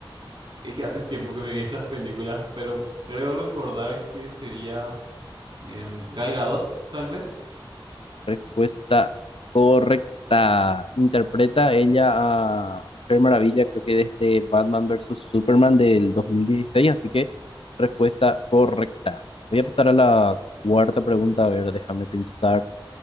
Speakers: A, on the right; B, on the left.
A: es que hace tiempo que me vi estas películas, pero creo recordar que sería em, Gal Gadot, tal vez.
B: Respuesta correcta. Interpreta ella a Mujer Maravilla, creo que desde Batman versus Superman del 2016, así que respuesta correcta. Voy a pasar a la cuarta pregunta, a ver, déjame pensar.